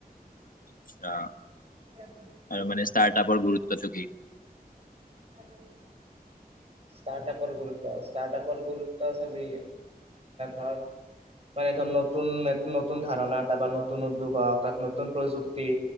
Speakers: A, on the left; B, on the right.
A: আচ্ছা
B: ঠিক আছে।
A: আৰু মানে ষ্টাৰ্টআপৰ গুৰুত্বটো কি?
B: <inaudible> ষ্টাৰ্টআপৰ গুৰুত্ব, ষ্টাৰ্টআপৰ গুৰুত্ব চাবি ধৰ মানে ধ নতুন এট নতুন ধাৰণা এটা বা নতুন উদ্যোগ হওক তাত নতুন প্ৰযুক্তি,